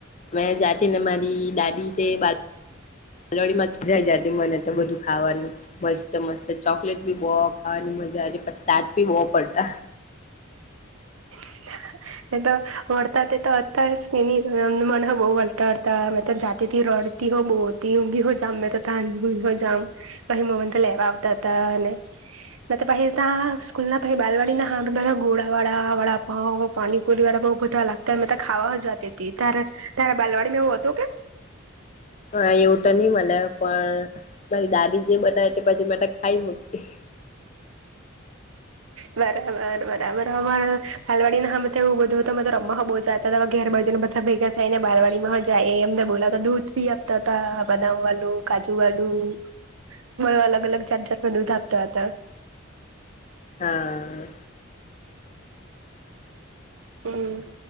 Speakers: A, on the left; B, on the right.
A: મેં જાતીને મારી ડાડી થ બા હાલડીમાં જઈ જતી મને તો બધું ખાવાનું મસ્ત મસ્ત ચોકલેટ બી બહ ખાવાની મજા પછ્ટાટ પી હોવા પડતા
B: <inaudible> <unintelligible> એ તો વડતા તે તોતા જ કે ન એમ મન બહુ વલટાડતા અમે તો જાતેથી ર હો બહતી ઊઘી હો જામ મેં ત તઘી હો જામ પછી મોમન તો લેવા આવતા હતા અને મ તે પછતા સ્કૂલ ના પછ બાલવાડી ના હ બધા ઘોડા વાળા વાળા પાવ પાણી કોુલી વાળા બઉ બધા લાગતા ખાવા જ હતી ત્યારે ત્યારે બાલવાડી મેં તું કે
A: હા એવટા નહી મલા પણ મારી દાદી જે મના તે પછી માટે ખાઈ મૂકી
B: બરાબર બરાબર અમારે ફાલવાડી ના હ એવું બધું તો રમવા બહુ જતા ત ઘેર બાજુ બધા ભેગા થાયને બારવાડીમાં જાય એ અમને બોલાતા દૂધ ભી આપતા હતા બદામ વાળું કાજુ વાળું કાજુ અલગ અલગ જાત જાાતમાં દૂધા આપતા હતા
A: હા
B: હમ